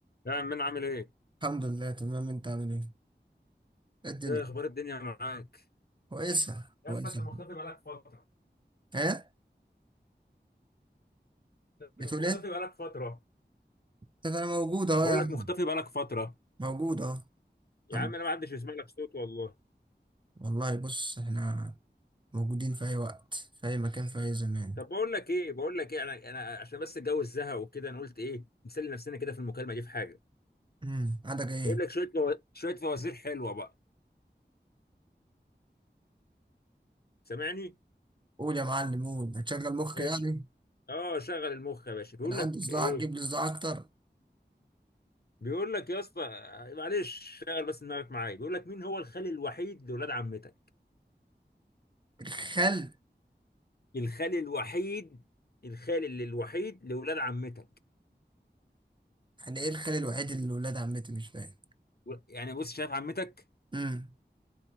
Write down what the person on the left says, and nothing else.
يا عم انا عامل ايه؟
ايه اخبار الدنيا معاك؟
يا
اسطى انت مختفي بقالك فترة
انت
مختفي
بقالك فترة
بقول
لك مختفي بقالك فترة
يا عم
انا ما حدش يسمع لك صوت والله
طب بقول لك ايه بقول لك ايه انا انا عشان بس الجو الزهق وكده انا قلت ايه نسلي نفسنا كده في المكالمة دي في حاجة
جايب لك شوية فو... شوية فوازير حلوة بقى سامعني؟
ماشي
اه شغل المخ يا باشا بيقول
لك
ايه؟
بيقول لك يا اسطى معلش شغل بس دماغك معايا بيقول لك مين هو الخال الوحيد لولاد عمتك؟
الخال الوحيد الخال اللي الوحيد لولاد عمتك
و- يعني بص شايف عمتك